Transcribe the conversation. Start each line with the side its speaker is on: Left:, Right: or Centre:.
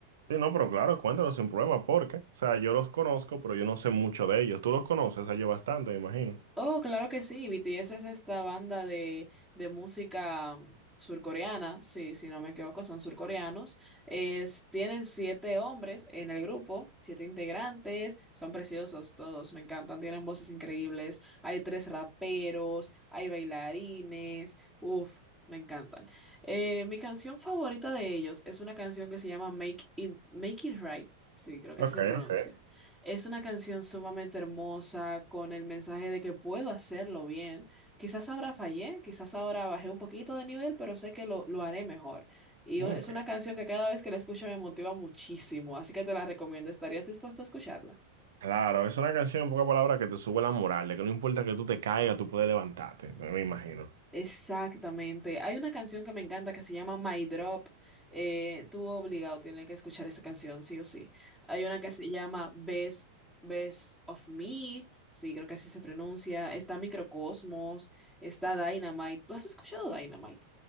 Right: Sí, no, pero claro, cuéntanos sin problema, porque, o sea, yo los conozco, pero yo no sé mucho de ellos. Tú los conoces a ellos bastante, me imagino.
Centre: Oh, claro que sí. BTS es esta banda de, de música surcoreana, sí, si no me equivoco, son surcoreanos. Es, tienen siete hombres en el grupo, siete integrantes, son preciosos todos, me encantan, tienen voces increíbles. Hay tres raperos, hay bailarines, uff, me encantan. Eh, mi canción favorita de ellos es una canción que se llama Make It, Make It Right, sí, creo que
Right: Ok,
Centre: así se pronuncia.
Right: ok.
Centre: Es una canción sumamente hermosa, con el mensaje de que puedo hacerlo bien. Quizás ahora fallé, quizás ahora bajé un poquito de nivel, pero sé que lo, lo haré mejor. Y
Right: ok.
Centre: u- es una canción que cada vez que la escucho me motiva muchísimo, así que te la recomiendo. ¿Estarías dispuesto a escucharla?
Right: Claro, es una canción en pocas palabras que te sube la moral, de que no importa que tú te caigas, tú puedes levantarte, me me imagino.
Centre: Exactamente. Hay una canción que me encanta que se llama My Drop. Eh, tú obligado tienes que escuchar esa canción, sí o sí. Hay una que se llama Best, Best of Me. Sí, creo que así se pronuncia. Está Microcosmos, está Dynamite. ¿Tú has escuchado Dynamite?